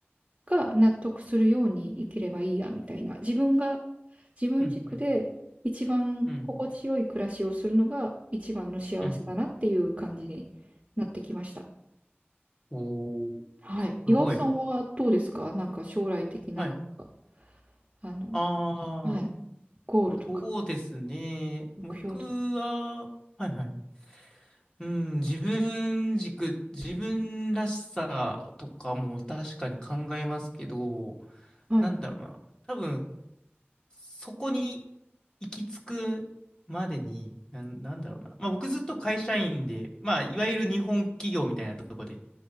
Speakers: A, on the right; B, on the left.
A: が納得するように生きればいいや、みたいな。自分が、自分軸で一番心地よい暮らしをするのが一番の幸せだなっていう感じになってきました。
B: うん。うん。うんうんおおー、
A: はい。岩尾さんはどうですかなんか将来的な、
B: すごい。はい。
A: なんか、あの、
B: ああ、
A: はい。ゴールとか、
B: そうですね。
A: 目標とか。
B: 僕は、はいはい。うん、自分軸、自分らしさとかも確かに考えますけど、
A: はい。
B: なんだろうな。多分、そこに行き着くまでに、なん、なんだろうな。まあ僕ずっと会社員で、まあいわゆる日本企業みたいなとこで